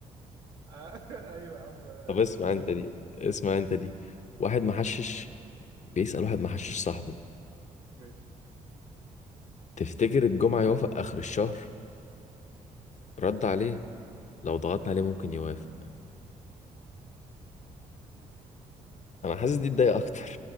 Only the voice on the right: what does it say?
آه، <laughs> ايوه يا عم آه،
كنت
ماشي